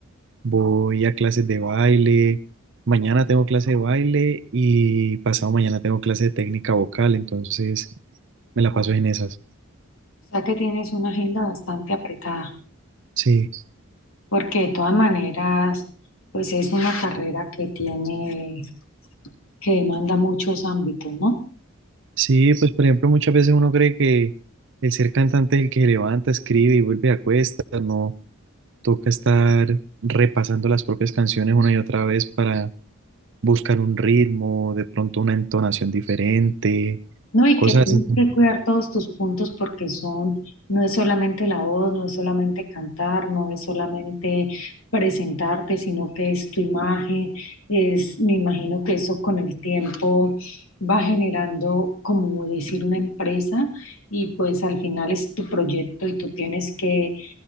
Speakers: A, on the right (about 60°); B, on the left (about 75°).
A: voy a clases de baile, mañana tengo clase de baile y pasado mañana tengo clase de técnica vocal, entonces me la paso en esas.
B: O sea que tienes una agenda bastante apretada,
A: Sí,
B: porque de todas maneras pues es una carrera que tiene, que demanda muchos ámbitos, ¿no?
A: sí, pues por ejemplo muchas veces uno cree que el ser cantante es el que se levanta, escribe y vuelve a cuesta, no toca estar repasando las propias canciones una y otra vez para buscar un ritmo, de pronto una entonación diferente,
B: No, y
A: cosas
B: que tienes
A: así.
B: que cuidar todos tus puntos porque son, no es solamente la voz, no es solamente cantar, no es solamente presentarte, sino que es tu imagen, es, me imagino que eso con el tiempo va generando, como decir, una empresa y pues al final es tu proyecto y tú tienes que,